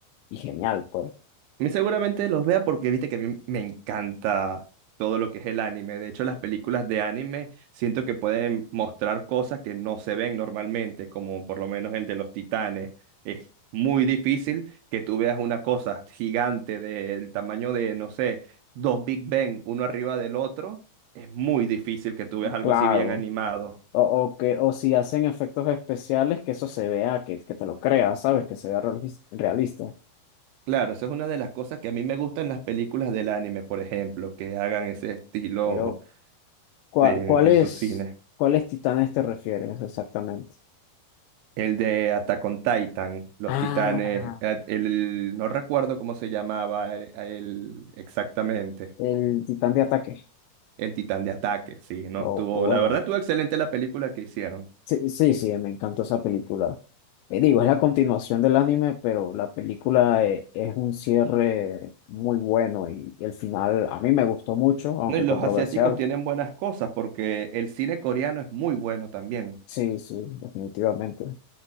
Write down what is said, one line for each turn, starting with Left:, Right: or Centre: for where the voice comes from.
Left: Y genial, pues.
Right: A mí seguramente los vea porque viste que a mí me encanta todo lo que es el anime. De hecho, las películas de anime siento que pueden mostrar cosas que no se ven normalmente, como por lo menos el de los titanes. Es muy difícil que tú veas una cosa gigante del tamaño de, no sé, dos Big Bang, uno arriba del otro. Es muy difícil que tú veas algo
Left: Claro.
Right: así bien animado.
Left: O, o que, o si hacen efectos especiales, que eso se vea, que, que te lo creas, ¿sabes? Que se vea realis- realista.
Right: Claro, esa es una de las cosas que a mí me gustan las películas del anime, por ejemplo, que hagan ese estilo
Left: Pero, ¿cuá-
Right: de,
Left: ¿cuáles,
Right: en, en sus cines.
Left: cuáles titanes te refieres exactamente?
Right: El de Attack on Titan, Los
Left: Ah,
Right: Titanes, eh, el, no recuerdo cómo se llamaba el, el- exactamente,
Left: el titán de ataque.
Right: el Titán de Ataque, sí, no,
Left: O,
Right: estuvo,
Left: o bueno,
Right: la verdad estuvo excelente la película que hicieron.
Left: sí, sí, sí, me encantó esa película. Eh, digo, es la continuación del anime, pero la película eh, es un cierre muy bueno y, y el final a mí me gustó mucho, aunque
Right: No, y los
Left: controversial.
Right: asiáticos tienen buenas cosas porque el cine coreano es muy bueno también.
Left: Sí, sí, definitivamente.